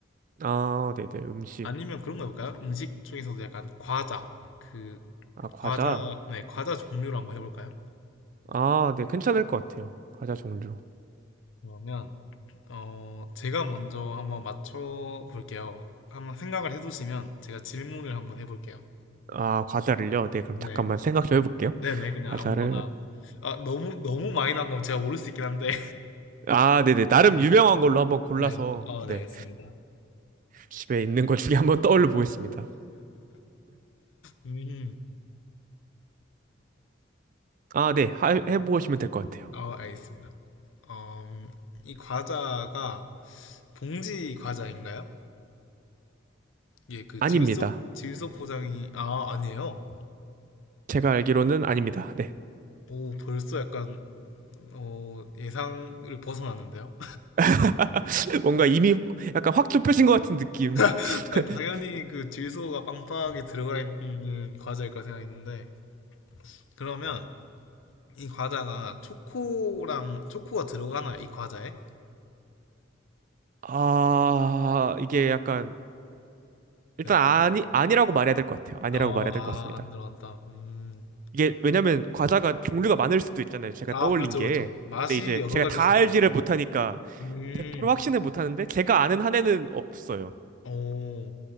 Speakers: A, on the right; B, on the left.
A: 아, 네네. 음식.
B: 아니면 그런 거 해볼까요? 음식 쪽에서도 약간 과자 그
A: 아, 과자.
B: 과자 네 과자 종류로 한번 해볼까요?
A: 아, 네. 괜찮을 것 같아요. 과자 종류.
B: 그러면 어 제가 먼저 한번 맞춰 볼게요. 한번 생각을 해두시면 제가 질문을 한번 해볼게요.
A: 아, 과자를요? 네. 그럼
B: 네
A: 잠깐만 생각 좀 해볼게요.
B: 네네 그냥
A: 과자를.
B: 아무거나 아 너무 너무 많이 난 거면 제가 모를 수 있긴 한데
A: 아, 네네. 나름
B: <laughs>
A: 유명한 걸로 한번 골라서,
B: 네, 어,
A: 네.
B: 네, 알겠습니다.
A: 집에 있는 것 중에 한번 떠올려 보겠습니다.
B: 음,
A: 아, 네. 하- 해보시면 될 것 같아요.
B: 어, 알겠습니다. 어, 음, 이 과자가 봉지 과자인가요? 예, 그
A: 아닙니다.
B: 질소, 질소 포장이, 아, 아니에요.
A: 제가 알기로는 아닙니다. 네.
B: 오, 벌써 약간, 어, 예상을 벗어나는데요?
A: <laughs> 뭔가 이미 약간 확 좁혀진 것 같은 느낌. <laughs>
B: <laughs> 아, 당연히 그 질소가 빵빵하게 들어가 있는 과자일 까 생각했는데, 그러면 이 과자가 초코랑, 초코가 들어가나요? 이 과자에?
A: 아, 이게 약간 일단
B: 네.
A: 아니 아니라고 말해야 될 것 같아요. 아니라고
B: 어,
A: 말해야 될
B: 아,
A: 것 같습니다.
B: 안 들어간다. 음.
A: 이게 왜냐면 과자가 종류가 많을 수도 있잖아요. 제가
B: 아,
A: 떠올린
B: 그렇죠,
A: 게.
B: 그렇죠. 맛이
A: 근데 이제
B: 여러
A: 제가
B: 가지일
A: 다
B: 수
A: 알지를
B: 있습니다.
A: 못하니까
B: 음.
A: 100% 확신을 못하는데 제가 아는 한에는 없어요.
B: 오,